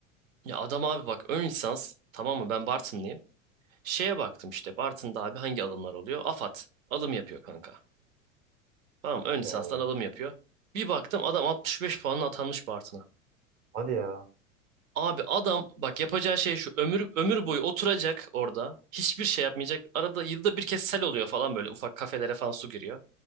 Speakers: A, on the right; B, on the right.
A: ya adam abi bak ön lisans tamam mı ben Bartınlıyım. Şeye baktım işte Bartın'da abi hangi alımlar oluyor? AFAD alım yapıyor kanka. Tamam ön lisanstan
B: Vallahi.
A: adam yapıyor. Bir baktım adam 65 puanla atanmış Bartın'a.
B: Hadi ya.
A: Abi adam bak yapacağı şey şu ömür ömür boyu oturacak orada. Hiçbir şey yapmayacak. Arada yılda bir kez sel oluyor falan böyle ufak kafelere falan su giriyor.